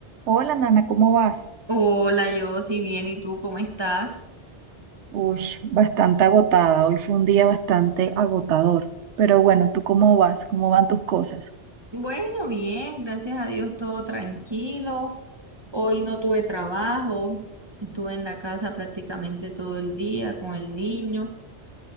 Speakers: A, on the right (about 80°); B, on the right (about 25°).
A: Hola, Nana, ¿cómo vas?
B: Hola, yo, si bien, ¿y tú cómo estás?
A: Uy, bastante agotada. Hoy fue un día bastante agotador. Pero bueno, ¿tú cómo vas? ¿Cómo van tus cosas?
B: Bueno, bien, gracias a Dios, todo tranquilo. Hoy no tuve trabajo, estuve en la casa prácticamente todo el día con el niño,